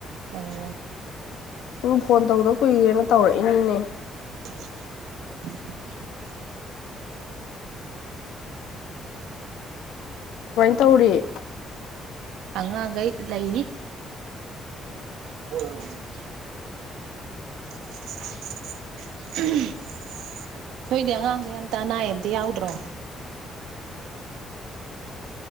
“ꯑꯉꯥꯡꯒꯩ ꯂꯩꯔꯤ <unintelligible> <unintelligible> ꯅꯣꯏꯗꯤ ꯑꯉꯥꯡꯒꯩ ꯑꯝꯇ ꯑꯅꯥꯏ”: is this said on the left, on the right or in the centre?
Right